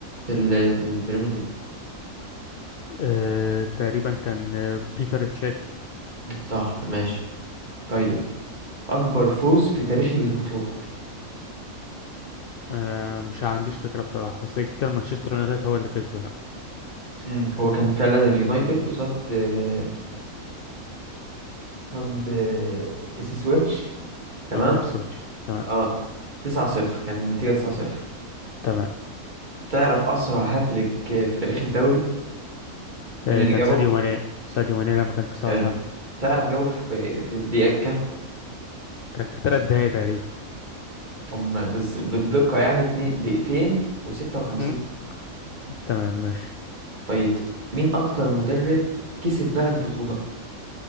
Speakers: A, on the right; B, on the left.
A: في ال في البريمير ليج
B: آه تقريبا كان آه بيتر تشيك
A: صح ماشي طيب أكبر فوز في تاريخ البطولة
B: آه مش عنديش فكرة بصراحة بس كان مانشستر يونايتد هو اللي كسبه يعني
A: مم، هو كان فعلا اليونايتد قصاد آه، ضد سي سويتش تمام
B: اه إبسويتش تمام
A: اه 9 0 كان النتيجة 9 0
B: تمام
A: تعرف أسرع هاتريك في تاريخ الدوري مين
B: آه
A: اللي
B: كان
A: جابه؟
B: ساديو ماني ساديو ماني لما كان في ساوثهامبتون
A: حلو تعرف جابه في في الدقيقة كام؟
B: كان في ثلاث دقايق تقريبا
A: هم بز- بالدقة يعني اتنين دقيقتين و56
B: مم، تمام ماشي
A: طيب مين أكتر مدرب كسب بقى البطولة؟